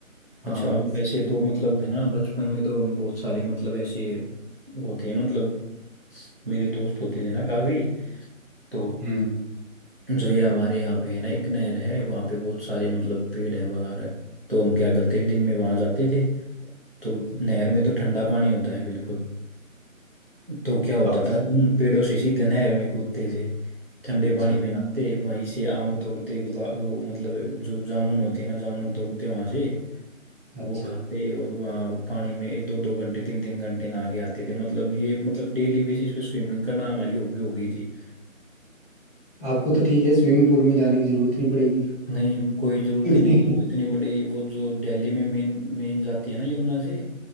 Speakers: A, in the centre; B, on the right.
A: हाँ
B: अच्छा
A: इस
B: वैसे तो मतलब है ना बचपन में तो हम बहुत सारे मतलब ऐसे वो थे मतलब मेरे दोस्त होते थे ना काफी तो
A: हम्म
B: जो ये हमारे यहाँ पे है ना एक नहर है वहाँ पे बहुत सारे मतलब पेड़ हैं वगैरह तो हम क्या करते दिन में वहाँ जाते थे तो नहर में तो ठंडा पानी होता है बिल्कुल तो क्या होता
A: तो आपने
B: था उन पेड़ों से सीधे नहर में कूदते थे ठंडे
A: अच्छा
B: पानी में नहाते वहीं से आम तोड़ते गुलाब वो मतलब जो जामुन होती है ना जामुन तोड़ते वहां से
A: अच्छा
B: वो खाते और वहाँ वो पानी में दो दो घंटे तीन तीन घंटे नहा के आते थे मतलब ये मतलब डेली बेसिस पे स्विमिंग करना हमारी हॉबी हो गई थी
A: आपको तो ठीक है स्विमिंग पूल में जाने की जरूरत नहीं पड़ेगी फिर
B: नहीं कोई जरूरत
A: <laughs> सीखने
B: ही नहीं
A: के
B: है।
A: लिए
B: वो इतनी बड़ी वो जो दिल्ली में मेन मेन जाती है ना यमुना से